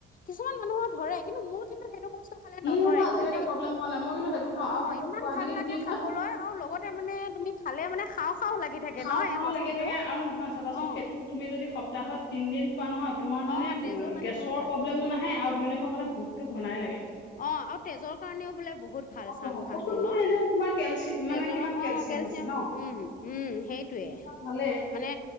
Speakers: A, on the left (about 45°); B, on the left (about 65°).
A: কিছুমান মানুহৰ ধৰে কিন্তু মোৰ কিন্তু সেইটো বস্তু টো খালে
B: মোৰো
A: নধৰে
B: আজিলৈকে
A: কিন্তু দেই।
B: প্ৰব্লেম হোৱা নাই মই কিন্তু সেইটো খাওঁ
A: অ',
B: আৰু সেইটো
A: ইমান
B: খোৱা
A: ভাল
B: কেইদিন
A: লাগে
B: কি হয়
A: খাবলৈ আৰু লগতে মানে তুমি খাল মানে খাওঁ খাওঁ লাগি থাকে
B: খাওঁ-খাওঁ
A: ন এই বস্তুটো
B: লাগি থাকে আৰু নহয় চাবাচোন
A: অ
B: সেইটো তুমি যদি সপ্তাহত তিনদিন খোৱা নহয় তোমাৰ
A: অ
B: মানে
A: তেজৰ কাৰণে
B: গেছৰ
A: বহুত ভাল
B: প্ৰ'ব্লেমো নাহে আৰু দুই নম্বৰ কথা ভোকতটো ঘনাই লাগে।
A: অ', আৰু তেজৰ কাৰণেও বোলে ভাল চাম
B: নহয়
A: খামহঁতৰ
B: কচুটোতো
A: ন',
B: এনেও তোমাৰ কেলচি
A: তেজৰ
B: মানে কিমান
A: অ' কেলচিয়াম
B: আছে ন
A: উম উম সেইটোৱে
B: ভালেই
A: মানে